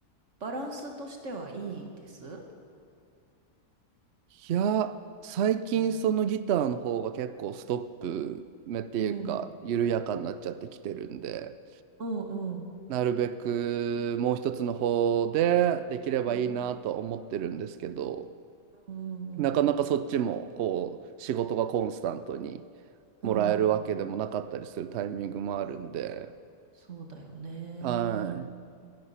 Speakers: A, on the right (about 50°); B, on the right (about 80°).
A: バランスとしてはいいです。
B: いや、最近そのギターの方が結構ストップ目っていうか、
A: うん。うん
B: 緩やかになっちゃってきてるんで、
A: うんうん。
B: なるべくもう一つの方でできればいいなと思ってるんですけど、
A: うん。うんうんう
B: なかなかそっちもこう、仕事がコンスタントにもらえるわけでもなかったりするタイミングもあるんで、
A: ん。うん。そうだよね。
B: はい。
A: う